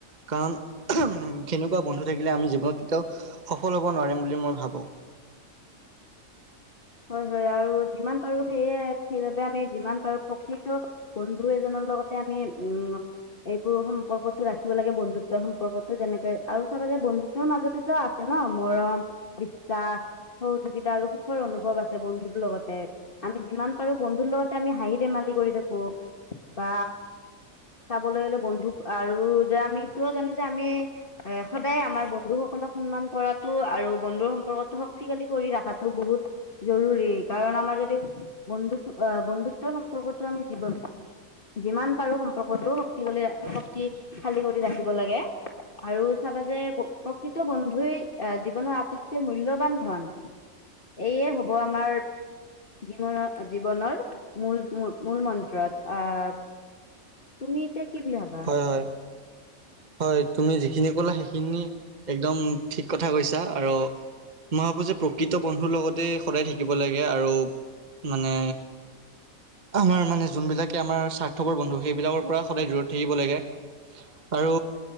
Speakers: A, on the right; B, on the left.
A: কাৰণ। সেনেকুৱা বন্ধু থাকিলে আমি জীৱনত তেওঁ সফল হ'ব নোৱাৰিম বুলি মই ভাবো
B: হয় হয় আৰু যিমান পাৰো সেয়ে সেইবাবে আমি যিমান পাৰো প্ৰকৃত বন্ধু এজনৰ লগতে আমি উম এইবোৰ সম্পৰ্কতটো ৰাখিব লাগে বন্ধুত্বৰ সম্পৰ্কতো যেনেকৈ আৰু চাবা যায় বন্ধুত্বৰ মাজতেতো আছে ন। ন মৰম বিশ্বাস সহযোগিতা আৰু সুখৰ অনুভৱ। অনুভৱ আছে বন্ধুতৰ লগতে আমি যিমান পাৰো বন্ধুৰ লগতে আমি হাঁহি ধেমালি কৰি থাকো। বা চাবলৈ গ'লে বন্ধু আৰু যে আমিটোও জানো যে আমি এ সদায় আমাৰ বন্ধুসকল সন্মান কৰাটোো আৰু বন্ধুৰ সম্পৰ্কতটো শক্তিশালী কৰি ৰাখাটো বহুত জৰুৰী কাৰণ আমাৰ যদি বন্ধুত্ব আহ বন্ধুত্বৰ সম্পৰ্কতো আমি জীৱন যিমান পাৰো সম্পৰ্কটো শক্তিশালী শক্তিশালী কৰি ৰাখিব লাগে। আৰু চাবা যে প্ৰকৃত বন্ধুৱই আহ জীৱনৰ আটাইতকৈ মূল্যবান ধন। এয়ে হ'ব আমাৰ। জীৱনৰ জীৱনৰ মূল মূল মন্ত্ৰত আহ। তুমি এতিয়া। কি বুলি ভাবা
A: হয় হয় হয় তুমি। সেইখিনি ক'লে সেইখিনি একদম ঠিক কথা কৈছা আৰু মই ভাবোঁ যে প্ৰকৃতি বন্ধুৰ লগতে সদায় থাকিব লাগে আৰু মানে আমাৰ মানে যোনবিলাকে আমাৰ স্বাৰ্থপৰ বন্ধু সেইবিলাকৰ পৰা সদায় দূৰত এৰিব লাগেআৰু